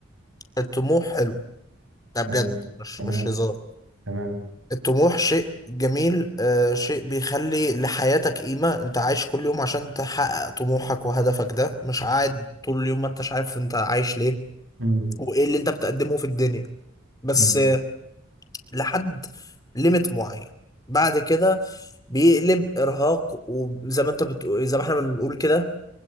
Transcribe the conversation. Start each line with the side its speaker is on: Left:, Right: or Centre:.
Left: الطموح حلو ده بجد
Right: تمام
Left: مش
Right: تمام
Left: مش هزار
Right: تمام
Left: الطموح شيء جميل آه شيء بيخلي لحياتك قيمة انت عايش كل يوم عشان تحقق طموحك وهدفك ده مش قاعد طول اليوم ما انتش عارف انت عايش ليه
Right: امم
Left: وايه اللي انت بتقدمه في الدنيا بس
Right: امم
Left: آه لحد ليميت معين بعد كده بيقلب ارهاق وزي ما انت بتقول زي ما احنا بنقول كده